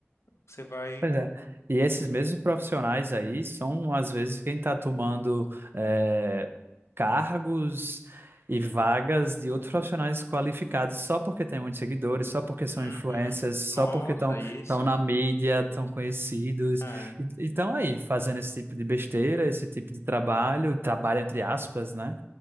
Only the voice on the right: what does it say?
Pois é. E esses mesmos profissionais aí são, às vezes, quem está tomando eh, cargos e vagas de outros profissionais qualificados só porque tem muitos seguidores, só porque são
influencers, só
porque estão
estão na mídia, estão conhecidos.
E estão aí fazendo esse tipo de besteira, esse tipo de trabalho, trabalho entre aspas, né?